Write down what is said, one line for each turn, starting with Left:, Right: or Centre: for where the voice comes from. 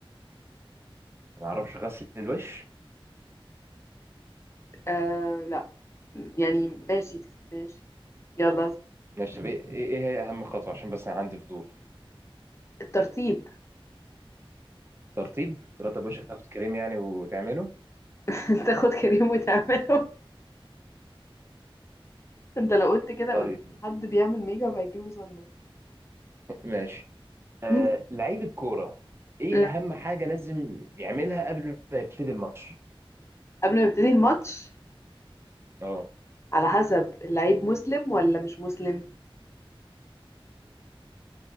Right: ما أعرفش غسل الوش
Left: آه... لا يعني ماشي ماشي يلا
Right: ماشي طب إيه إيه إيه هي أهم خطوة عشان بس أنا عندي فضول
Left: الترطيب
Right: ترطيب ترطب وشك تاخد كريم يعني وتعمله
Left: <laughs> تاخد كريم وتعمله انت لو قلت كده
Right: طيب
Left: قدام حد بيعمل ميك اب هيجيله صدمة
Right: <laughs> ماشي آه
Left: <laughs>
Right: لعيب الكورة إيه
Left: مم.
Right: أهم حاجة لازم يعملها قبل ما يبتدي الماتش؟
Left: قبل ما يبتدي الماتش
Right: أه
Left: على حسب اللعيب مسلم ولا مش مسلم